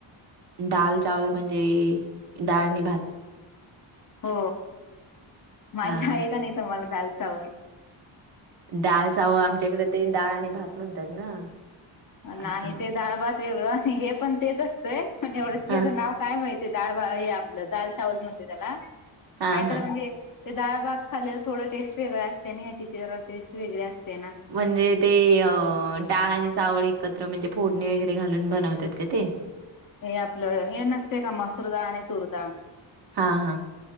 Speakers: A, on the right; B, on the left.
A: दाल चावल म्हणजे डाळ आणि भात.
B: हो, माहीत
A: हा हा
B: आहे का नाही तुम्हाला दाल चावल?
A: दाळ चाव आमच्याकडे ते डाळ आणि भात म्हणतात ना.
B: नाही
A: असं म्हण
B: ते डाळ भात वेगळं आणि हे पण तेच असतंय पण एवढंच की
A: हा
B: याचं नाव काय महित दाळ हे आपलं दाल चावल म्हणते त्याला
A: हा
B: आणि
A: हा
B: तर म्हणजे ते डाळ भात खाल्लं थोडं टेस्ट वेगळ असते आणि ह्याची जरा टेस्ट वेगळी असते ना.
A: म्हणजे ते डाळ आणि चावळ एकत्र म्हणजे फोडणी वगैरे घालून बनवतात का ते?
B: हे आपलं हे नसतय का मसुर डाळ आणि तूर डाळ
A: हा हा